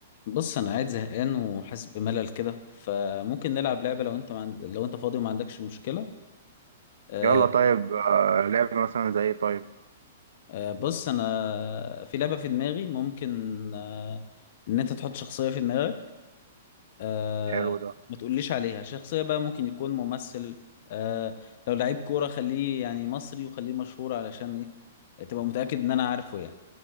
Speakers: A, on the left; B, on the right.
A: بص انا قاعد زهقان وحاسس بملل كده فممكن نلعب لعبه لو انت ما عند... لو انت فاضي وما عندكش مشكله آه،
B: يلا طيب آه، لعبة مثلا زي طيب
A: آه، بص انا في لعبه في دماغي ممكن آه، ان انت تحط شخصيه في دماغك آه،
B: حلو ده
A: ما تقوليش عليها شخصيه بقى ممكن يكون ممثل آه، لو لعيب كوره خليه يعني مصري وخليه مشهور علشان ايه تبقى متاكد ان انا عارفه يعني